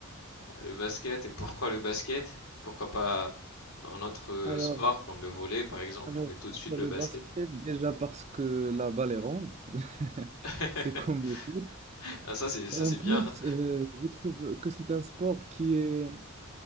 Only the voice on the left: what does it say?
Ah, le basket. Et pourquoi le basket? Pourquoi pas un autre euh,
sport comme le volley par exemple,
mais tout
de suite le
basket.
<laughs>
Ah ça c'est ça
c'est
bien. hein.